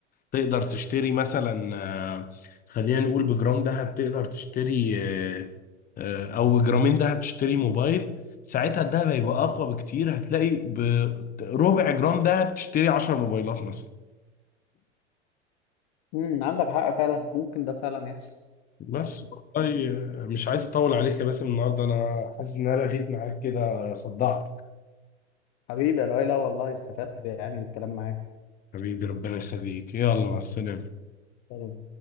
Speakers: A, on the left; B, on the left.
A: تقدر تشتري مثلا آه، خلينا نقول بجرام ذهب تقدر تشتري آه، آه، او بجرامين ذهب تشتري موبايل ساعتها الدهب هيبقى اقوى بكتير هتلاقي بربع جرام دهب تشتري 10 موبايلات مثلا
B: مم، عندك حق فعلا ممكن ده فعلا يحصل
A: بس والله آه، مش عايز اطول عليك يا باسم النهارده انا حاسس ان انا لغيت معاك كده صدعتك
B: حبيبي يا لؤي لا والله استفدت يعني من الكلام معاك
A: حبيبي ربنا يخليك يلا مع السلامه
B: سلام